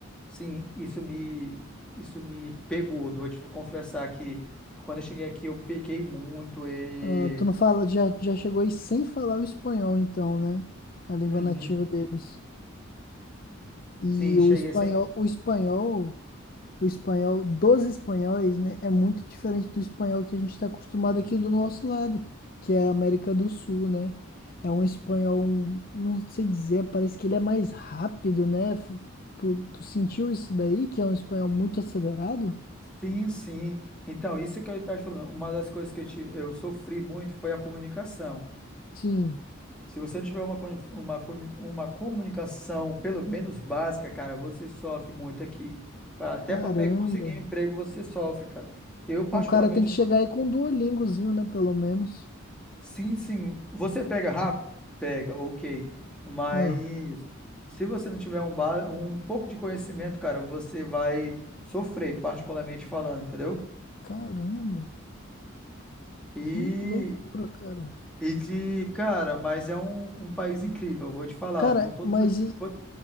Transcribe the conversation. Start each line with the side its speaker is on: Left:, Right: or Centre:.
Centre: sim, isso me, isso me pegou. Vou te confessar que quando eu cheguei aqui eu pequei muito e,
Left: Ah, tu não fala, já, já chegou aí sem falar o espanhol, então, né? A língua
Centre: Uhum.
Left: nativa deles. E
Centre: sim, cheguei
Left: o espanhol,
Centre: sem
Left: o espanhol, o espanhol dos espanhóis, né? É muito diferente do espanhol que a gente está acostumado aqui do nosso lado, que é a América do Sul, né? É um espanhol, um- não sei dizer, parece que ele é mais rápido, né? Fu- Tu, tu sentiu isso daí, que é um espanhol muito acelerado?
Centre: Sim, sim. Então, isso que eu estava te falando, uma das coisas que eu tive, eu sofri muito foi a comunicação.
Left: Sim,
Centre: Se você não tiver uma, coni- uma, coni- uma comunicação, pelo menos básica, cara, você sofre muito aqui. Pra, até
Left: caramba.
Centre: para conseguir um emprego, você sofre, cara. Eu, particularmente,
Left: Então o cara tem que
Centre: eu
Left: chegar
Centre: sou-
Left: aí com um Duolingozinho, né? Pelo menos.
Centre: sim, sim. Você pega rápido? Pega, ok. Mas
Left: Ah,
Centre: se você não tiver um, ba- um pouco de conhecimento, cara, você vai sofrer, particularmente falando, entendeu?
Left: caramba,
Centre: E
Left: que loucura, cara.
Centre: E de, cara, mas é um, um país incrível, vou te falar.
Left: Cara,
Centre: Com todas
Left: mas
Centre: as,
Left: e.
Centre: com